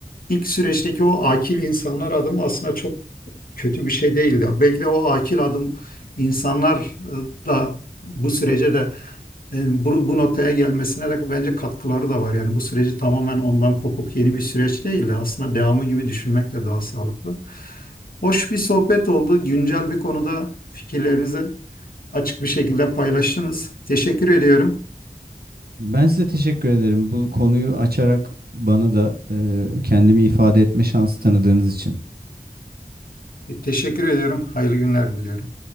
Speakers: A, on the left (about 70°); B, on the right (about 85°).
A: ilk süreçteki o akil insanlar adımı aslında çok kötü bir şey değildi. Belki de o akil adım insanlar e, da bu sürece de e, bu, bu noktaya gelmesine de bence katkıları da var. Yani bu süreci tamamen ondan kopuk yeni bir süreç değil de aslında devamı gibi düşünmek de daha sağlıklı. Hoş bir sohbet oldu. Güncel bir konuda fikirlerinizi açık bir şekilde paylaştınız. Teşekkür ediyorum.
B: Ben size teşekkür ederim. Bu konuyu açarak bana da e, kendimi ifade etme şansı tanıdığınız için.
A: E, Teşekkür ediyorum. Hayırlı günler diliyorum.